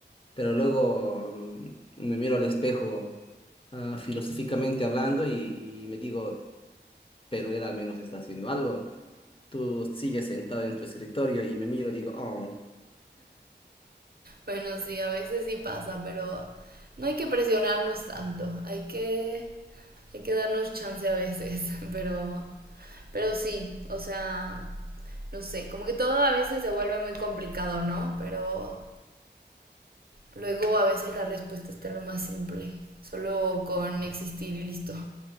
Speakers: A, on the left; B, on the right.
A: pero luego mm, me miro al espejo ah, filosóficamente hablando y, y me digo, pero él al menos está haciendo algo. Tú sigues sentado en tu escritorio y me miro y digo, oh,
B: Bueno, sí, a veces sí pasa, pero no hay que presionarnos tanto, hay que, hay que darnos chance a veces, <laughs> pero, pero sí, o sea, no sé, como que todo a veces se vuelve muy complicado, ¿no? Pero luego a veces la respuesta está en lo más simple, solo con existir y listo.